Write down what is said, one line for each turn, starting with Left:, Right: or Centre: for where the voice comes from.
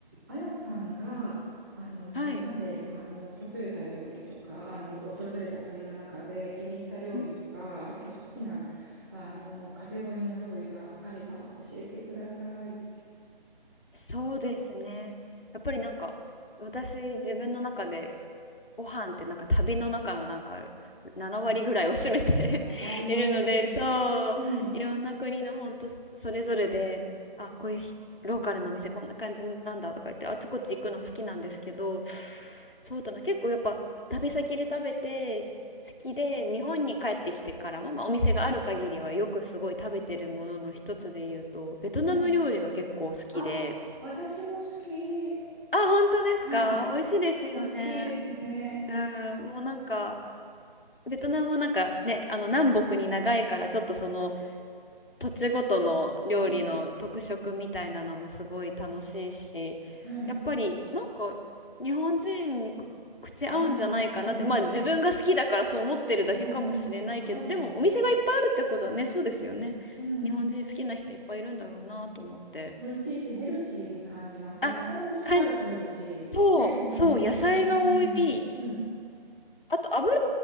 Right: あやさんがあのこれまであの訪れた料理とかあの訪れた国の中で気に入った料理とかあと好きなあのカテゴリーの料理があれば教えてください。
Left: はい。うんそうですね。やっぱりなんか私自分の中でご飯ってなんか旅の中のなんか7割ぐらいを占めて
Right: わかります。
Left: <laughs> いるので、そう、
Right: うん。
Left: いろんな国の本当それぞれで、あ、こういうひローカルのお店こんな感じなんだとか言ってあちこち行くの好きなんですけど、そうだな、結構やっぱ旅先で食べて好きで日本に帰ってきてからも、まあ、お店がある限りはよくすごい食べてるものの一つで言うとベトナム料理が結構好きで。
Right: はい。あ、私も好き。
Left: あ、本当ですか美味しいですよね。
Right: はい。美味しいですね。
Left: うん、もうなんか、ベトナムもなんかね、あの南北に長いから、ちょっとその土地ごとの料理の特色みたいなのもすごい楽しいし、
Right: うんはい。
Left: やっぱりなんか日本人にく口合うんじゃないかなって、
Right: 合います。うん。
Left: まあ自分が好きだからそう思ってるだけかもしれないけど、
Right: うんうんうんうん。合うと思います。
Left: でもお店がいっぱいあるってことはね、そうですよね。
Right: うん。
Left: 日本人好きな人いっぱいいるんだろうなと思って。
Right: 美味しいし、ヘルシーに感じます。
Left: あ、
Right: 野菜もしっかり取れるし、
Left: かん、そう、
Right: 麺も米、
Left: そう、野菜が多い。
Right: おお米の麺だし。うん。
Left: あと油